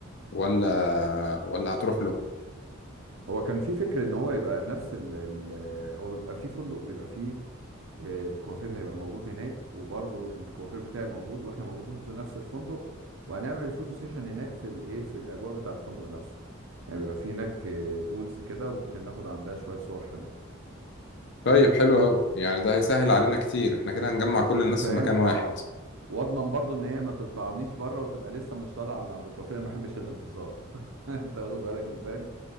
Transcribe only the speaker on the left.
ولا ولا هتروح له
طيب حلو قوي يعني ده هيسهل علينا كتير احنا كده هنجمع
كل
الناس
في مكان
واحد